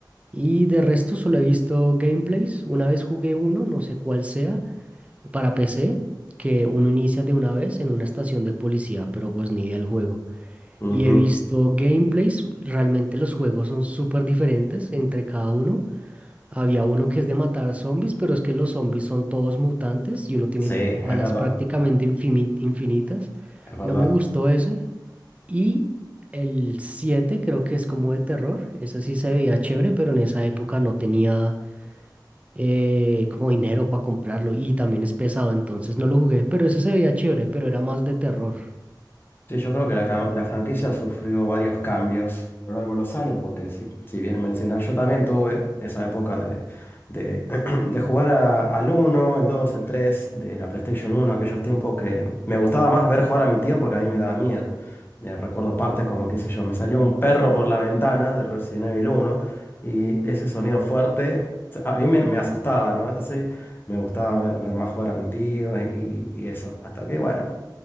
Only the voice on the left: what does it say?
ujú.
Sí,
es verdad,
es verdad.
Sí, yo creo que la, ca- la franquicia sufrió varios cambios a lo largo de los años, porque si, si bien mencionas, yo también tuve esa época de, de, <clears throat> de jugar a- al uno, el 2, el 3 de la PlayStation uno, aquellos tiempos que me gustaba más ver jugar a mi tío porque a mí me daba miedo. Eh, recuerdo partes como, qué sé yo, me salió un perro por la ventana de Resident Evil uno y ese sonido fuerte se- a mí me, me asustaba, ¿no? Entonces me gustaba ver, ver más jugar a mi tío y, y y eso. Hasta que, bueno.